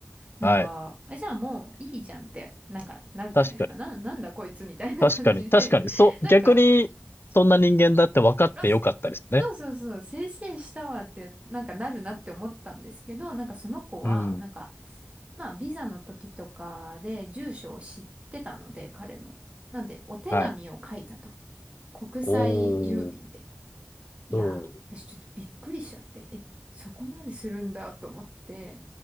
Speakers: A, on the right (about 30°); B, on the left (about 55°).
A: なんか、
B: はい。
A: あじゃあもういいじゃんって、なんか、なるじゃないですか。
B: 確かに、
A: な、なんだこいつみたいな感じで、
B: 確かに、確かに、そう、
A: なんか、
B: 逆にそんな人間だって分かってよかったですね。
A: あ、そ、そうそうそう、せいせいしたわって、なんかなるなって思ったんですけど、なんかその子は、
B: うん。
A: なんか、まあ、ビザの時とかで住所を知ってたので、彼の。なんで、お手紙を書いたと。
B: はい。
A: 国際郵便で。
B: おお、
A: いやー、
B: うん。
A: 私ちょっとびっくりしちゃって、え、そこまでするんだと思って、